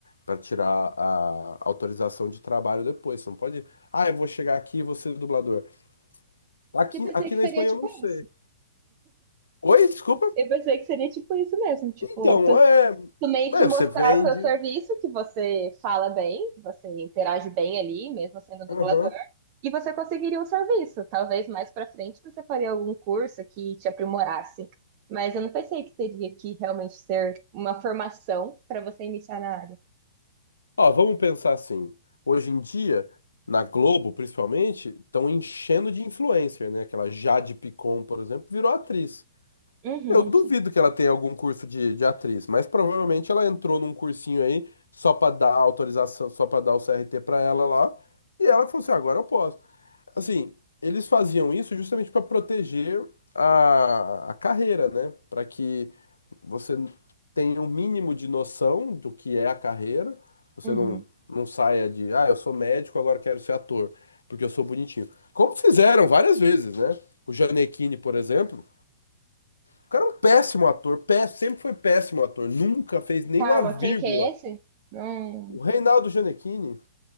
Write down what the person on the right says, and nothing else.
Que pensei
que
seria
tipo
isso.
Eu pensei que seria tipo isso mesmo. Tipo,
tu,
tu meio
que mostrar
o seu serviço, que você fala bem, que você interage bem ali, mesmo sendo dublador.
E você conseguiria um serviço. Talvez mais para frente você faria algum curso que te aprimorasse. Mas eu não pensei que teria que realmente ser uma formação para você iniciar na área.
Uhum,
uhum.
Calma,
quem que é esse? Hum,